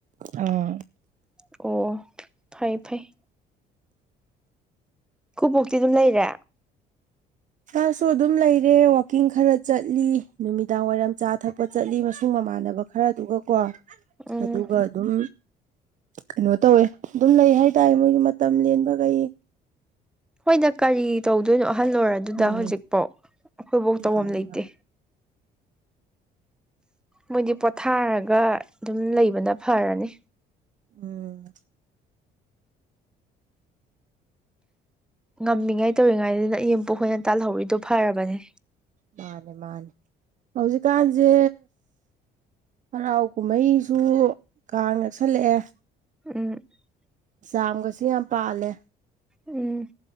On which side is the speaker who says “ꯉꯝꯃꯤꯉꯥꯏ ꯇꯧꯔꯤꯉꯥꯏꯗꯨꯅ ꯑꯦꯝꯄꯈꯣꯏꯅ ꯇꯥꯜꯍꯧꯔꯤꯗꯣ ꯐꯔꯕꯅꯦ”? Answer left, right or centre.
Centre